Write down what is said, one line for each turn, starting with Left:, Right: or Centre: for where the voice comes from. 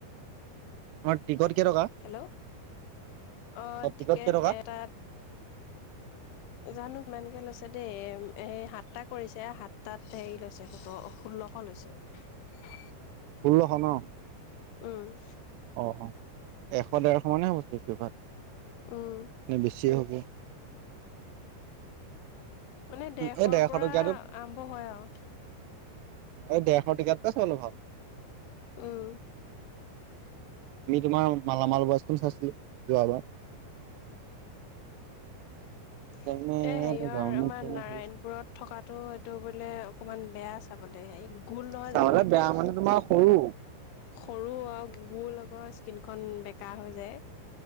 Right: তোমাৰ টিকট কেই টকা
Left: হেল্ল' অ টিকেট
Right: টিকট কেই টকা
Left: এটাত জানো কিমানকে লৈছে দেই এই সাতটা কৰিছে সাতটাত হেৰি লৈছে সোতৰ ষোল্লশ লৈছে। চ
Right: শোল্লষ ন
Left: উম।
Right: অ অ এশ ডেৰশ মানে হ'বতিভাত
Left: উম
Right: নে বেছিয়ে হ'ব।
Left: মানে দৰেশৰ
Right: এই ডেৰশ
Left: পৰা
Right: টকীয়াটোত
Left: আৰম্ভ হয় আৰু।
Right: এই ডেৰশ টিকেতটোতে চাবলৈ ভাল
Left: উম
Right: আমি তোমাৰ মালামাল বয়স্খন চাইছিলো যোৱাবাৰ।
Left: <inaudible>
Right: সেইকাৰণে
Left: এহ, হেৰিয়
Right: যাওঁ
Left: আমাৰ
Right: নে কি
Left: নাৰায়ণপুৰত
Right: ভাবিছো।
Left: থকাতটো এইটো বোলে। অকমান বেয়া চাবলে হে গোল নহয়
Right: চাবলে
Left: জানো
Right: বেয়া মানে
Left: সেইটো
Right: তোমাৰ সৰু
Left: সৰু আৰু গুৰ লগৰ স্কিনখন বেকাৰ হৈ যে।